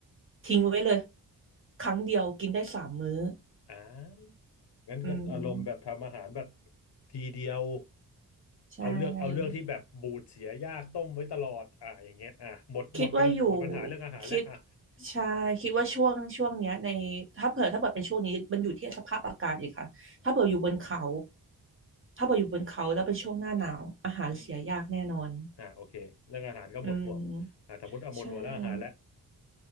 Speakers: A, on the right; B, on the left.
A: ทิ้งไว้เลยครั้งเดียวกินได้สามมื้อ
B: อ่างั้นก็อารมณ์แบบทำอาหารแบบ
A: อืม
B: ทีเดียว
A: ใช่
B: เอาเลือกเอาเรื่องที่แบบบูดเสียยากต้มไว้ตลอดอ่ะอย่างเงี้ยอ่ะหมดหมดปัญหาหมดปัญหาเรื่องอาหารแล้วอ่ะ
A: คิดว่าอยู่คิดใช่คิดว่าช่วงช่วงเนี้ยในถ้าเผื่อถ้าเผื่อเป็นช่วงนี้มันอยู่ที่สภาพอากาศอีกค่ะถ้าเผื่ออยู่บนเขา
B: อืม
A: ถ้าเผื่ออยู่บนเขาแล้วเป็นช่วงหน้าหนาวอาหารเสียยากแน่นอน
B: อืมฮึอ่ะโอเคเรื่องอาหารก็หมดห่วงอ่ะสมมติเอาหมดห่วงเรื่องอาหารแล้ว
A: อืมใช่